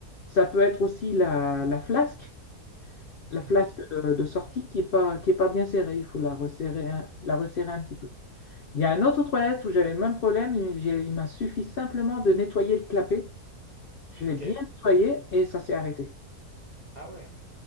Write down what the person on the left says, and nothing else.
ça peut être aussi la, la flasque, la
flasque de, de sortie qui est pas, qui est pas bien serrée. Il faut la resserrer, un- la resserrer un petit peu. Il y a un autre toilette où j'avais le même problème. Il, j'ai- il m'a suffi simplement de nettoyer le clapet. Je l'ai
bien nettoyé et ça s'est arrêté.